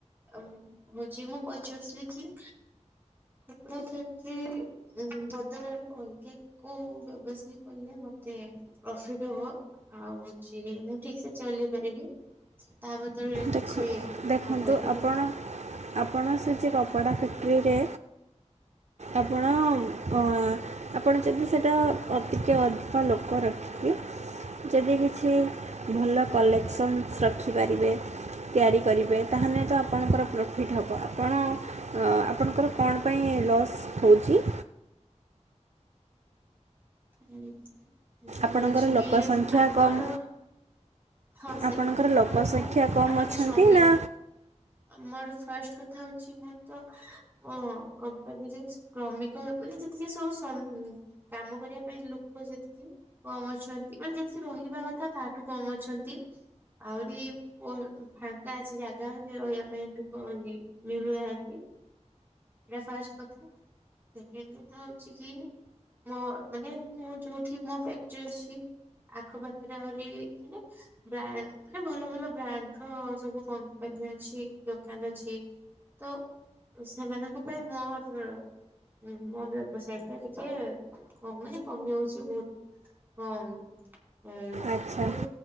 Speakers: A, on the right; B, on the right.
A: ଆମ୍ ହଉଚି ମୁଁ ପଚାରୁଥିଲି କି କପଡ଼ା ଫ୍ୟାକ୍ଟ୍ରି ଉଁ ହୁଁ ବଦଳରେ ଅଲଗା କୋଉ ବ୍ୟବସାୟ କଲେ ମତେ ପ୍ରଫିଟ୍ ହବ? ଆଉ ହୋଉଚି ମୁଁ ଠିକସେ ଚଲେଇ ପାରିବି ସେ ତା ବଦଳରେ କିଛି
B: ଦେଖ ଦେଖନ୍ତୁ
A: ଆପଣ କହିପାରିବେ?
B: ଆପଣ ଆପଣ ସେ ଯେ କପଡ଼ା ଫ୍ୟାକ୍ଟ୍ରିରେ ଆପଣ ଅ ଆ ଆପଣ ଯଦି ସେଟା ଅ ଟିକେ ଅଧିକ ଲୋକ ର କି ଯଦି କିଛି ଭଲ କଲେକ୍ସନ୍ସ୍ ରଖିପାରିବେ ତିଆରି କରିବେ ତାହେନେ ତ ଆପଣଙ୍କର ପ୍ରଫିଟ୍ ହବ ଆପଣ ଅ ଆପଣଙ୍କର କଣ୍ ପାଇଁ ଲସ୍ ହୋଉଚି?
A: ଉଁ ଉଁ
B: ଆପଣଙ୍କର
A: ହଉଛି
B: ଲୋକ ସଂଖ୍ୟା
A: ଆମର
B: କମ୍
A: ହଁ ସେଇଟା
B: ଆପଣଙ୍କର
A: ତ
B: ଲୋକ
A: ଓର ଅଥା
B: ସଂଖ୍ୟା କମ୍
A: ଆମର
B: ଅଛନ୍ତି
A: ଶ୍ରମି
B: ନା
A: ଆମର ଫାଷ୍ଟ କଥା ହୋଉଚି ମୋର ତ ମୋ କମ୍ପାନୀ ରିକ୍ସ୍ କ୍ରମିକ ହେ ମାନେ ଯେତିକି ସବୁ ସମ୍ କାମ କରିବା ପାଇଁ ଲୋକ ଯେତକି କମ୍ ଅଛନ୍ତି ମାନେ ଯେତେ ସେ ରହିବା କଥା ତାଠୁ କମ୍ ଅଛ ତି। ଆହୁରି ପର୍ ଫାଙ୍କା ଅଛି ଜାଗା ମାନେ ରହିବା ପାଇଁ ଲୋକ ରି ମିଳୁନାହାନ୍ତି। ଏଟା ଫାଷ୍ଟ କଥା ସେକେଣ୍ଡ କଥା ହୋଉଚି କି ମୋ ମାନେ ମୁଁ ଯୋଉଠି ମୋ ଫ୍ୟାକ୍ଟ୍ରି ଅଛି ଆଖପାଖରେ ଆହୁରି ଇନେ ବ୍ରା ମାନେ ଭଲ ଭଲ ବ୍ରାଣ୍ଡ୍ ର ସବୁ କମ୍ପାନୀ ଅଛି ଦୋକାନ ଅଛି। ତୋ ସେମାନଙ୍କ ପାଇଁ ମୋର୍ ଉଁ ମୋ ବ୍ୟବସାୟଟା ଟିକେ କ ମାନେ କମି ଆଉଚି ବୋ ହଁମ୍ ଏଇ
B: ଆଚ୍ଛା
A: ବୋ